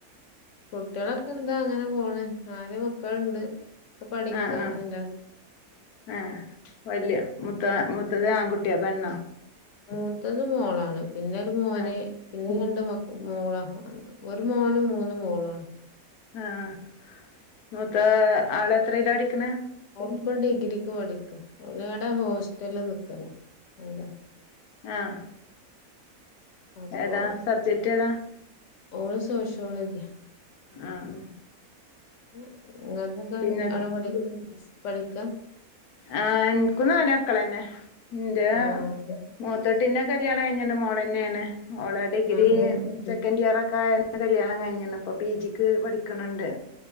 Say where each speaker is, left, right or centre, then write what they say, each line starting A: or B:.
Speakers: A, on the left (about 60°); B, on the left (about 80°).
A: കുട്ടിളൊക്കെ എന്താ അങ്ങനെ പോണ് നാല് മക്കളുണ്ട് ഒക്കെ പഠിക്കാണ്
B: ആഹ് ആഹ് ആഹ് വലിയ മുത്ത മു ത്തത് ആൺ കുട്ടിയോ പെണ്ണാ
A: മൂത്തത് മോളാണ് പിന്നെരു മോന്
B: ആഹ്
A: പിന്നെ രണ്ട് മക്ക മോളാ ഒരു മോനും മൂന്നു മോളാണ്
B: ആഹ് മൂത്ത ആള് എത്രയില പടിക്കണ
A: ഒളുപ്പാ ഡിഗ്രിക്ക് പഠിക്ക ഓലവിടെ ഹോസ്റ്റൽല് നിക്കലാ അവിടെ
B: ആഹ്
A: അപ്പോ
B: ഏതാ സബ്ജക്റ്റ് ഏതാ
A: ഓള് സോഷ്യോളജി
B: ആഹ്
A: പിന്നെ ഇങ്ങക്കൊക്കെ
B: പിന്നെ
A: അവിടെ പഠി പഠിക്കാ
B: ആഹ് ഇൻക്കും നാല് മക്കളന്നെ ഇന്റെ
A: ആഹ്
B: മൂത്ത പിന്നെ കല്യാണ കഴിഞ്ഞെൻ്റെ മോളെന്നേണ്. ഓളെ ഡിഗ്രി
A: ആഹ്
B: സെക്കൻഡ് ഇയറൊക്കായ കല്യാണം കഴിഞ്ഞിണ് പ്പം. പി ജിക്ക് പഠിക്ക്ണ് ണ്ട്.